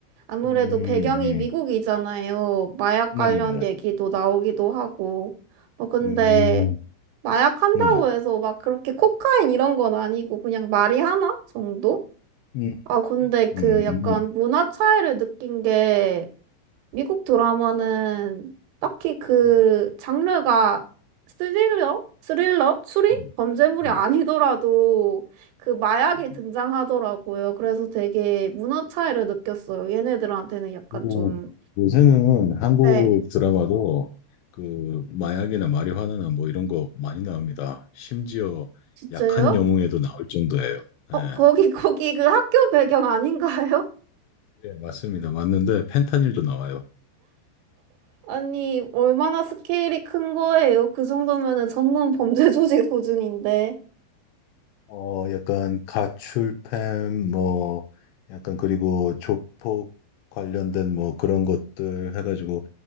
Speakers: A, on the right; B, on the left.
A: 아무래도
B: 음,
A: 배경이
B: 음.
A: 미국이잖아요. 마약
B: 네네네.
A: 관련 얘기도 나오기도 하고. 뭐 근데
B: 음,
A: 마약 한다고
B: 네.
A: 해서 막 그렇게 코카인 이런 건 아니고 그냥 말이 하나 정도?
B: 음,
A: 아 근데 그
B: 음,
A: 약간
B: 음,
A: 문화 차이를 느낀 게 미국 드라마는 딱히 그
B: 음,
A: 장르가 스릴러? 스릴러? 추리?
B: 음.
A: 범죄물이
B: 음.
A: 아니더라도 그 마약이
B: 음.
A: 등장하더라고요. 그래서 되게 문화 차이를 느꼈어요. 얘네들한테는 약간
B: 그리고
A: 좀.
B: 요새는 한국
A: 네.
B: 드라마도 그 마약이나 마리화나나 뭐 이런 거 많이 나옵니다. 심지어
A: 진짜요?
B: 약한 영웅에도 나올 정도예요.
A: 어,
B: 예,
A: 거기, <laughs> 거기 그 학교 배경 아닌가요?
B: 예, 맞습니다. 맞는데 펜타닐도 나와요.
A: <laughs> 아니, 얼마나 스케일이 큰 거예요? 그 정도면은 전문 범죄 조직 수준인데.
B: 어, 약간 가출팸 뭐 약간 그리고 조폭 관련된 뭐 그런 것들 해가지고